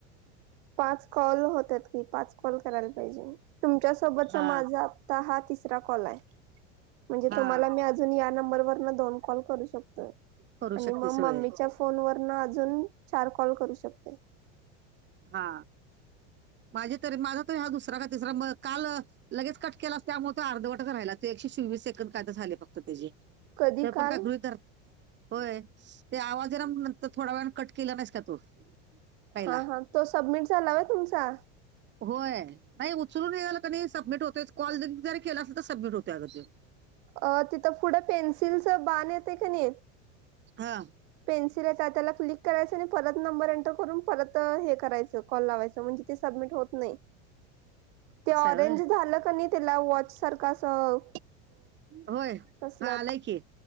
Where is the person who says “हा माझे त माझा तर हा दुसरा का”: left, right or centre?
Right